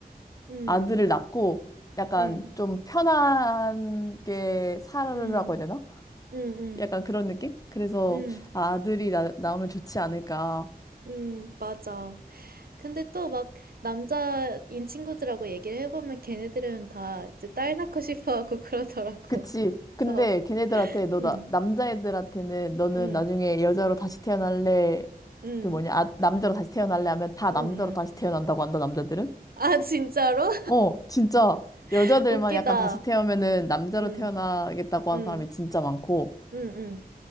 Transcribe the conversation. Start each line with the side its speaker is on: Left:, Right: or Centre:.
Right: 응,
Left: 아들을 낳고, 약간
Right: 응,
Left: 좀 편하게 살아라고
Right: 응,
Left: 해야 되나?
Right: 응, 응,
Left: 약간 그런 느낌? 그래서
Right: 응,
Left: 아, 아들이 나, 나오면 좋지 않을까.
Right: 응, 맞아. 근데 또 막 남자인 친구들하고 얘기를 해보면 걔네들은 다 이제 딸 낳고 싶어 하고 그러더라고.
Left: 그치.
Right: <laughs>
Left: 근데
Right: 어,
Left: 걔네들한테 너
Right: 응,
Left: 나, 남자애들한테는 너는
Right: 응,
Left: 나중에 여자로 다시 태어날래
Right: 응,
Left: 그 뭐냐 아, 남자로 다시 태어날래 하면 다
Right: 응,
Left: 남자로
Right: 응.
Left: 다시 태어난다고 한다 남자들은?
Right: 아, 진짜로?
Left: 어 진짜 여자들만
Right: <laughs> 웃기다.
Left: 약간 다시 태어면은 남자로
Right: 응,
Left: 태어나겠다고
Right: 응,
Left: 한 사람이 진짜 많고
Right: 응, 응,